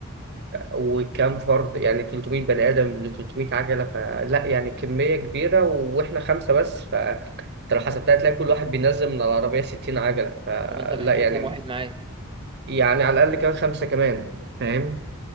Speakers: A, on the right (about 50°); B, on the right (about 25°).
A: وكام فرد يعني 300 بني آدم ل 300 عجلة فلا يعني كمية كبيرة و... واحنا خمسة بس فانت لو حسبتها هتلاقي كل واحد بينزل من العربية 60 عجلة فلا
B: طب أنت محتاج
A: يعني
B: كام واحد معاك
A: يعني على الأقل كمان خمسة كمان فاهم؟